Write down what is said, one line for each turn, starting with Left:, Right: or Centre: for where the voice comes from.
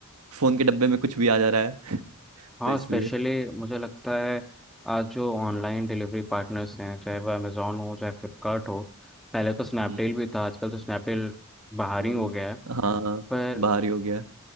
Right: फ़ोन के डब्बे में कुछ भी आ जा रहा है
Centre: हाँ
Right: तो इसलिए
Centre: स्पेशली मुझे लगता है आज जो ऑनलाइन डिलीवरी पार्टनर्स हैं चाहे वो अमेज़ोन हो चाहे फ्लिपकार्ट हो पहले तो स्नैपडील
Right: हम्म,
Centre: भी था आजकल तो स्नैपडील बाहर
Right: हम्म।
Centre: ही हो गया है
Right: हाँ
Centre: पर
Right: बाहर ही हो गया